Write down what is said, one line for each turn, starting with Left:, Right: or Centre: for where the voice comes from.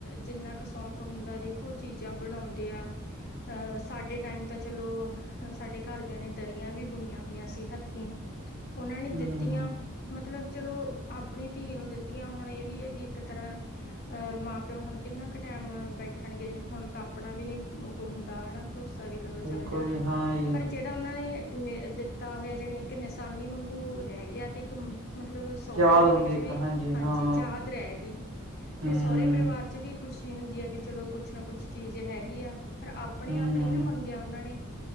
Left: ਜਿੰਨਾ ਕ ਸ਼ੌਕ ਹੁੰਦਾ ਦੇਖੋ ਚੀਜਾਂ ਬਨੌਂਦੇ ਆ ਅ ਸਾਡੇ ਟਾਈਮ ਤਾ ਚਲੋ ਸਾਡੇ ਘਰਦਿਆਂ ਨੇ ਦਰੀਆਂ ਵੀ ਬੁਣੀਆਂ ਹੋਈਆਂ ਸੀ ਹੱ ਥੀਂ, ਓਨਾਂ
Right: ਹੂੰ
Left: ਨੇ ਦਿੱਤੀਆਂ ਮਤਲਬ ਚਲੋ ਆਪਣੀ ਧੀ ਨੂੰ ਦਿੱਤੀਆਂ ਹੁਣ ਏ ਵੀ ਆ ਵੀ ਇੱਕ ਤਰ੍ਹਾਂ ਅ ਮਾਂ-ਪਿਓ ਹੁਣ ਕਿੰਨਾ ਕ ਟੈਮ ਬੈਠਨਗੇ ਹੁਣ ਤਾਂ ਆਪਣਾ ਵੀ ਨੀ <unintelligible> ਹੁੰਦਾ ਹੈਨਾ ਭਰੋਸਾ ਵੀ ਕਦੋਂ
Right: ਬਿਲਕੁਲ
Left: ਚੱਲ ਜਾਣਾ
Right: ਜੀ ਹਾਂ ਜੀ
Left: ਪਰ ਜੇ ਤਾਂ ਓਨਾਂ ਨੇ ਦਿੱਤਾ ਹੋਏ ਜਾਣੀ ਇੱਕ ਨਿਸਾਨੀ ਵਾਂਗੂ ਰੈ ਗਿਆ ਤੇ ਇੱਕ ਮਤਲਬ ਸੌਰਿਆਂ
Right: ਯਾਦ
Left: ਦੇ
Right: ਹੁੰਦੀ
Left: ਵਿੱਚ
Right: ਇੱਕ
Left: ਵੀ ਹਾਂਜੀ
Right: ਹਾਂ
Left: ਜਾਦ ਰੈ ਗੀ
Right: ਹੂੰ
Left: ਤੇ ਸੌਰੇ ਪਰਿਵਾਰ ਚ ਵੀ ਖੁਸ਼ੀ ਹੁੰਦੀ ਐ ਵੀ ਚਲੋ ਕੁਛ ਨਾ ਕੁਛ ਚੀਜ ਹੈਗੀ ਆ ਪਰ ਆਪਣੇ
Right: ਹੂੰ
Left: ਆਪਣੀ ਨਾ ਮੰ ਗਿਆ ਓਨਾਂ ਨੇ